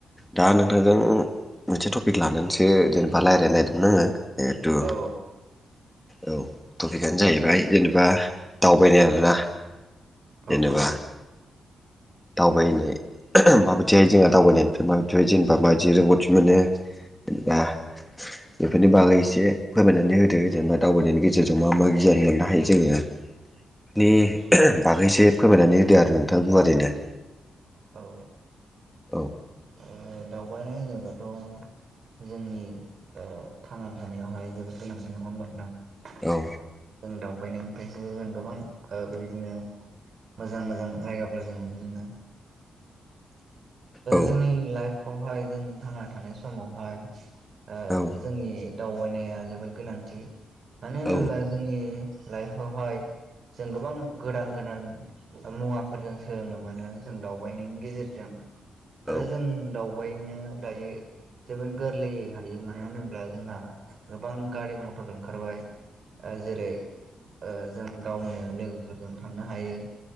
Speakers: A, in the centre; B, on the right.
A: दा नोंथांजों मोनसे टपिक लानानैसो जेनेबा रायज्लायनो नागिरदोंमोन आङो। जेहेथु
B: औ
A: औ टपिकआनो जाहैबाय जेनेबा दावबायनाय आरोना जेनेबा
B: औ औ
A: दावबायनो जोंहा दावबायनो माबायदिहाय जोंहा दावबायनो मानसिफ्रा जेनेबा माबायदि रोंगौथि मोनो जेनेबा बेफोरनि बागै एसे फोरमायनानै होदो जेनेबा दावबायनायनि गेजेरजों मा मा गियान मोननो हायो जोङो। नि
B: औ
A: बागैसो फोरमायनानै होदो आरो नोंथां गुवारैनो।
B: औ।
A: औ।
B: ओ दावबायनाय बुङोबाथ' जोंनि थांनानै थानायावहाय जोबोद गोनांथि नङा होनबा नोंथां?
A: औ।
B: जों दावबायनायनिफ्रायसो जों गोबां ओ बेबायदिनो मोजां मोजां जायगाफोर जों नुनो मोनो।
A: औ
B: जोंनि लाइफआवहाय जों थांना थानाय समावहाय ओ
A: औ
B: जोंनि दावबायनाया जोबोद गोनांथि मानो
A: औ
B: होनोब्ला जोंनि लाइफावहाय जों गोबां गोदान गोदान मुवाफोरजों सोलोंनो मोनो जों दावबाय गेजेरजों आरो
A: औ
B: जों दावबायनो दायो जोबोद गोरलैयै हायो मानो होनोब्ला जोंहा गोबां गारि मथर ओंखारबाय। आरो जेरै ओ जों गावनो लोगोफोरजों थांनो हायो।